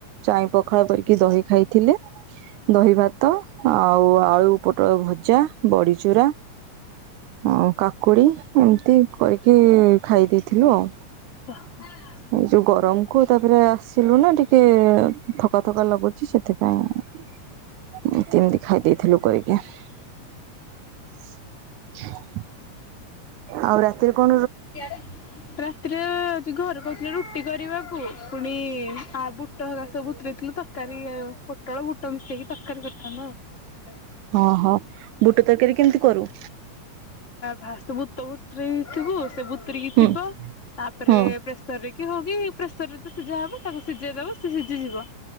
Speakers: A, on the right (about 85°); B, on the left (about 25°).
A: ଚାଇଁ ପଖାଳ କରିକି ଦହି ଖାଇଥିଲେ, ଦହି ଭାତ ଆଉ ଆଳୁ ପୋଟଳ ଭଜା, ବଡ଼ିଚୁରା, ଆଉ କାକୁଡ଼ି ଏମିତି କରିକି ଖାଇ ଦେଇଥିଲୁ ଆଉ।
B: <inaudible>
A: ଏଇ ଯୋଉ ଗରମକୁୁ ତାପରେ ଆସିଲୁ ନା ଟିକେ ଥକା ଥକା ଲାଗୁଚି ସେ ଥିପାଇଁ ଏମିତି ଖାଇ ଦେଇେଇଥିଲୁ କରିକି। <inaudible> ଆଉ ରାତିରେ କ
B: <inaudible> ପ୍ରା ଟିରେ ହୋଉଚି ଘରେ କହୁଥିଲେ ରୁଟି କରିବାକୁ ପୁଣି ଆବୁ ଟଳାସ ବୁତରେଇଥିଲୁ ତକାରୀ ଆଉ ପୋଟଳ ବୁଟ ମିଶେଇକି ତକାରୀ କରିଥାନ୍ତତ ଆଉ।
A: ହଁ ହଁ ବୁଟ ତରକାରୀ କେମିତି କରୁ?
B: ଫାଷ୍ଟେ ଭୂତ ବୁତରେ ଥିବୁ ସେ ବୁତ୍ରିକି
A: ହୁଁ
B: ଥିବ ତାପରେ
A: ହୁଁ
B: ପ୍ରେସ ସରରେ କି ହଉ କିି ପ୍ରେସର ରେ ତ ସିଯାହବ ତାକୁ ସିଝେଇଦବ ସି ସିଝିଯିବ